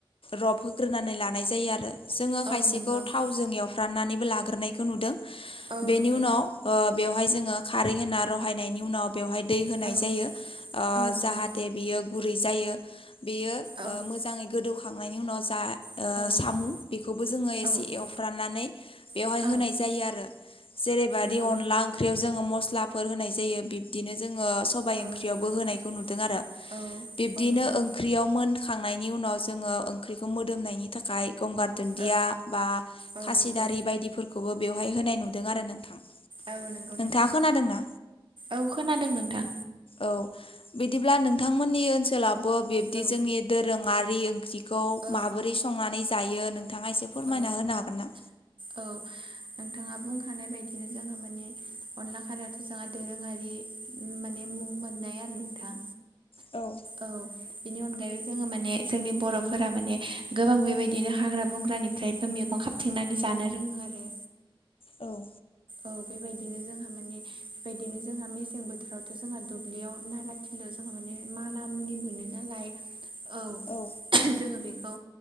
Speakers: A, on the left; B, on the right.
A: रब होग्रोनानै लानाय जायो आरो जोङो खायसेखौ
B: औ नंगौ
A: थावजों एवफ्राननानैबो लाग्रोनायखौ नुदों बेनि
B: औ नंगौ
A: उनाव ओ बेवहाय जोङो खारै होना रहायनायनि उनाव बेवहाय दै होनाय
B: औ
A: जायो
B: नंगौ
A: ओ जाहाथे बियो गुरै जायो बियो
B: औ
A: मोजाङै गोदौखांनायनि उनाव जा
B: औ
A: ओ सामु बेखौबो जोङो एसे
B: औ
A: एवफ्रानानै बेवहाय
B: औ
A: होनाय जायो आरो जेरैबादि
B: नंगौ
A: अनला ओंख्रियाव जोङो मस्लाफोर होनाय जायो बिब्दिनो जोङो सबायाइ
B: औ
A: ओंख्रियावबो
B: नंगौ नोंथां
A: होनायखौ नुदों आरो
B: औ
A: बिब्दिनो
B: नंगौ
A: ओंख्रियाव मोनखांनायनि उनाव जोङो ओंख्रिखौ मोदोमनायनि थाखाय गंगार दुन्दिया
B: औ
A: बा
B: औ
A: खासिदारि
B: नंगौ
A: बायदिफोरखौबो बेवहाय होनाय नुदों आरो नोंथां
B: औ नंगौ
A: नोंथाङा
B: नोंथां
A: खोनादोंना
B: औ खोनादों नोंथां
A: औ बिदिब्ला नोंथांमोननि ओनसोलावबो बिब्दि
B: औ
A: जोंनि दोरोङारि ओंख्रि बेखौ
B: औ
A: माबोरै संनानै जायो नोंथाङा एसे फोरमायना
B: औ
A: होनो हागोन ना
B: औ नोंथाङा बुंखानाय बायदिनो जोंहा माने अनला खारैयाथ' जोंहा दोरोङारि माने मुं मोननाय आरो नोंथां
A: औ
B: औ बेनि अनगायैबो जोङो माने जोंनि बर'फोरा माने गोबां बेबायदिनो हाग्रा बंग्रानिफ्राय मेगं खाबथेंनानै जानो रोङो आरो
A: औ
B: औ बेबायदिनो जोंहा माने बेबायदिनो जोंहा मेसें बोथोरावथ' जोंहा दुब्लियाव नारा दुब्लियाव जोंहा माने माना मुनि मोनो नालाय औ
A: औ
B: जोङो बेखौ